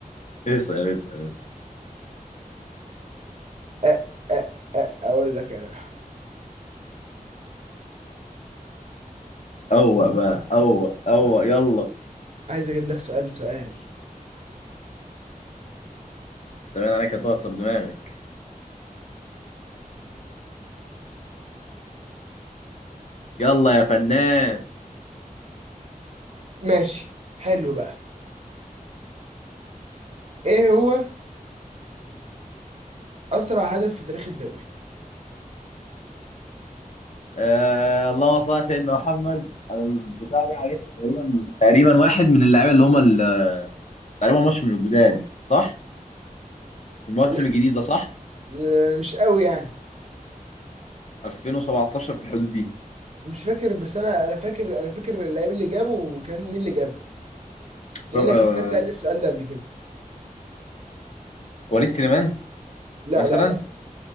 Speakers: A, on the left; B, on the right.
A: اسال اسال اسال
B: آه، آه، آه، اقول لك انا
A: اوه بقى اوه اوه يلا
B: عايز اجيب لك سؤال سؤال
A: تمام انا أنا كنت هكسر دماغك يلا يا فنان
B: ماشي حلو بقى ايه هو اسرع هدف في تاريخ الدوري
A: آه اللهم صل على سيدنا محمد انا البتاع دي عارفها تقريبا تقريبا واحد من اللعيبه اللي هم ال- تقريبا ماتش من الجداد صح؟ في الموسم
B: لا
A: الجديد ده صح؟
B: لا، مش قوي يعني
A: 2017 في الحدود دي
B: مش فاكر بس انا انا فاكر انا فاكر اللعيب اللي جابه وكان مين اللي جابه
A: حسام-
B: لان
A: آه،
B: كان حد سالني السؤال ده قبل كده
A: وليد سليمان
B: لا
A: مثلا
B: لا لا